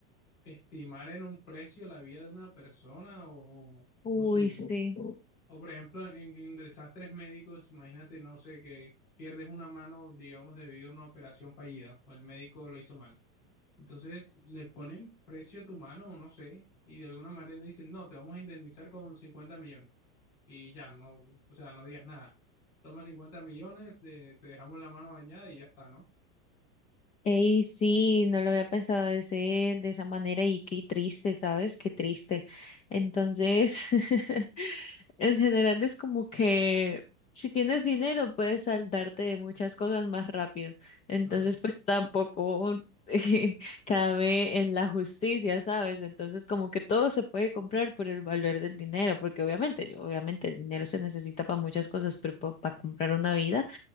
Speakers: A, on the left; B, on the left.
A: estimar en un precio la vida de una persona o, o,
B: Uy,
A: o su,
B: sí.
A: o por ejemplo, en, en desastres médicos, imagínate, no sé, que pierdes una mano, digamos, debido a una operación fallida o el médico lo hizo mal. Entonces le ponen precio a tu mano, o no sé, y de alguna manera dicen, no, te vamos a indemnizar con 50 millones. Y ya, no, o sea, no digas nada. Toma 50 millones, eh, te dejamos la mano dañada y ya está, ¿no?
B: Ey, sí, no lo había pensado de ese, de esa manera y qué triste, ¿sabes? Qué triste. Entonces, <laughs> en general es como que si tienes dinero puedes saldarte de muchas cosas más rápido. Entonces,
A: Claro,
B: pues tampoco <laughs> cabe en la justicia, ¿sabes? Entonces, como que todo se puede comprar por el valor del dinero, porque obviamente, obviamente el dinero se necesita para muchas cosas, pero para comprar una vida